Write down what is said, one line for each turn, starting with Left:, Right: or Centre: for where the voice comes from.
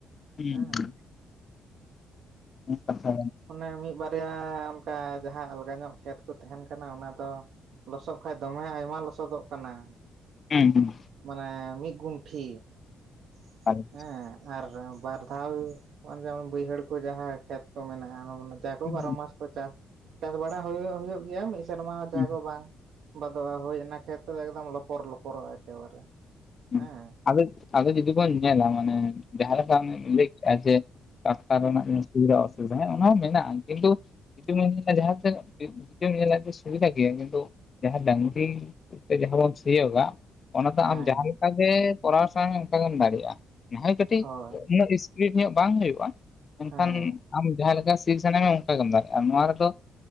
Left: ᱦᱩᱸ
Right: ᱦᱮᱸ
Left: ᱦᱩᱸ ᱠᱟᱛᱷᱟ
Right: ᱚᱱᱮ ᱢᱤᱜ ᱵᱟᱨᱭᱟ ᱚᱱᱠᱟ ᱡᱟᱦᱟᱸ ᱟᱞᱜᱟ ᱧᱚᱜ ᱠᱷᱮᱛ ᱠᱚ ᱛᱟᱦᱮᱱ ᱠᱟᱱᱟ ᱚᱱᱟ ᱫᱚ᱾ ᱞᱚᱥᱚᱜ ᱠᱦᱟᱭᱜ ᱫᱚᱢᱮ ᱟᱭᱢᱟ ᱞᱚᱥᱚᱫᱚᱜ ᱠᱟᱱᱟ᱾
Left: ᱦᱮᱸ
Right: ᱢᱟᱱᱮ ᱢᱤᱫ ᱜᱩᱱᱴᱷᱤ <unintelligible>
Left: ᱦᱩᱸ
Right: ᱦᱮᱸ ᱟᱨ ᱵᱟᱨ ᱫᱷᱟᱣ ᱠᱦᱟᱱ ᱜᱮ ᱵᱟᱹᱭᱦᱟᱹᱲ ᱠᱚ ᱡᱟᱦᱟᱸ ᱠᱷᱮᱛ ᱠᱚ ᱢᱮᱱᱟᱜᱼᱟ ᱚᱱᱟ ᱦᱚᱸ ᱵᱚᱱ ᱥᱮ ᱛᱚ
Left: ᱦᱩᱸ
Right: ᱵᱟᱨᱚ ᱢᱟᱥ? ᱪᱟᱥ ᱪᱟᱥ ᱵᱟᱲᱟ ᱦᱩᱭᱩᱜ ᱦᱩᱭᱩᱜ ᱜᱮᱭᱟ ᱢᱤᱫ ᱥᱮᱨᱢᱟ ᱡᱟᱦᱟᱸ
Left: ᱦᱩᱸ
Right: ᱠᱚ ᱵᱟᱝ? ᱵᱟᱫᱣᱟ ᱦᱳᱭ ᱚᱱᱟ ᱠᱷᱮᱛ ᱫᱚ ᱮᱠᱫᱚᱢ ᱞᱚᱯᱚᱨ ᱞᱚᱯᱚᱨᱚᱜ-ᱟ ᱮᱠᱮᱵᱟᱨᱮ?
Left: ᱦ
Right: ᱦᱮᱸ
Left: ᱟᱫᱚ ᱟᱫᱚ ᱡᱩᱫᱤ ᱵᱚᱱ ᱧᱮᱞᱟ ᱢᱟᱱᱮ ᱡᱟᱦᱟ ᱞᱮᱠᱟᱢ ᱞᱮᱭ ᱠᱮᱜᱮᱜᱼᱟ ᱡᱮ ᱰᱟᱠᱛᱟᱨ ᱨᱮᱱᱟᱜ ᱥᱩᱵᱤᱫᱟ ᱚᱥᱩᱵᱤᱫᱦᱟ ᱦᱮᱸ ᱚᱱᱟ ᱦᱚᱸ ᱢᱮᱱᱟᱜᱼᱟ ᱠᱤᱱᱛᱩᱼᱼ ᱱᱤᱛᱳᱜ ᱮᱢ ᱧᱮᱞᱟ ᱡᱟᱦᱟᱥᱮᱛ ᱧᱮᱞᱟᱢ ᱡᱮ ᱥᱩᱵᱤᱫᱟ ᱜᱮᱭᱟ ᱠᱤᱱᱛᱩ ᱡᱟᱦᱟᱸ ᱰᱟᱝᱨᱤᱼᱼ <inaudible> ᱡᱟᱦᱟᱸ ᱵᱚᱱ ᱥᱤᱭᱳᱜᱟ ᱚᱱᱟ
Right: ᱦᱮᱸ
Left: ᱛᱚ ᱟᱢ ᱡᱟᱦᱟᱸ ᱞᱮᱠᱟ ᱜᱮ ᱠᱚᱨᱟᱣ ᱢᱮ ᱚᱱᱠᱟ ᱜᱮᱢ ᱫᱟᱲᱮᱮᱜ-ᱟ ᱱᱟᱦᱚᱭ ᱠᱟᱹᱴᱤᱡ
Right: ᱦᱳᱭ
Left: ᱩᱱᱟᱹᱜ ᱤᱥ ᱴᱦᱤᱠ ᱧᱚᱜ ᱵᱟᱝ ᱦᱩᱭᱩᱜᱼᱟ ᱮᱱᱠᱷᱟᱱ
Right: ᱦᱮᱸ
Left: ᱟᱢ ᱡᱟᱦᱟ ᱞᱮᱠᱟ ᱥᱤᱴ ᱥᱟᱱᱟ ᱢᱮ ᱚᱝ ᱚᱝᱠᱟ ᱜᱮᱢ ᱫᱟᱲᱮᱜᱟ ᱱᱚᱣᱟ ᱨᱮᱫᱚ